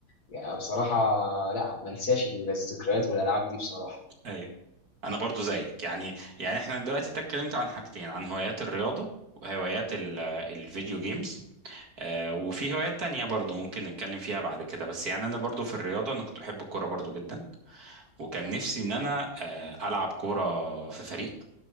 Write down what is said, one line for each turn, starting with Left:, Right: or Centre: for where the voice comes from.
Left: يعني بصراحه لا ما انساش الذكريات والالعاب دي بصراحه
Right: ايوه انا برضو زيك يعني يعني احنا دلوقتي ده اتكلمت عن حاجتين عن هوايات الرياضة وهوايات ال- الفيديو جيمز آه، وفي هوايات تانية برضو ممكن نتكلم فيها بعد كده بس يعني انا برضو في الرياضة انا كنت بحب الكورة برضو جدا وكان نفسي ان انا آه، العب كورة في فريق